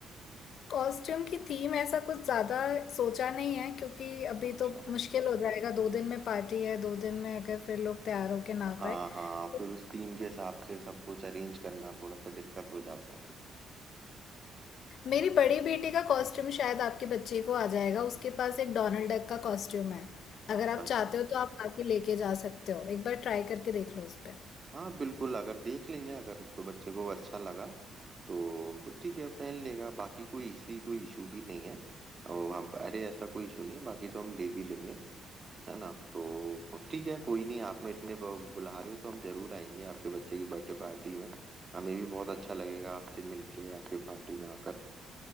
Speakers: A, on the left; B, on the right.
A: कॉस्ट्यूम की थीम ऐसा कुछ ज़्यादा सोचा नहीं है क्योंकि अभी
B: अच्छा
A: तो मुश्किल हो जाएगा दो दिन में पार्टी है दो दिन में अगर फिर लोग तैयार होके ना
B: हाँ
A: आ पाए
B: हाँ
A: तो
B: फिर उस थीम के हिसाब से सब कुछ अरेंज करना थोड़ा सा दिक्कत हो जाता है
A: मेरी बड़ी बेटी का कॉस्ट्यूम शायद आपके बच्चे को आ जाएगा उसके पास एक डोनाल्ड डक का कॉस्ट्यूम है
B: अच्छा
A: अगर आप चाहते हो तो आप आके लेके जा सकते हो एक बार ट्राई करके देख लो उस पर
B: हाँ बिल्कुल अगर देख लेंगे अगर उसको बच्चे को अच्छा लगा तो प- ठीक है पहन लेगा बाकी कोई इसी कोई इशू भी नहीं है और हम अरे ऐसा कोई इशू नहीं है बाकी तो हम ले भी लेंगे है ना तो ठीक है कोई नहीं आपने इतने ब- बुला रहे हो तो हम जरूर आएंगे आपके बच्चे की बर्थडे पार्टी में हमें भी बहुत अच्छा लगेगा आपसे मिलके आपके पार्टी में आकर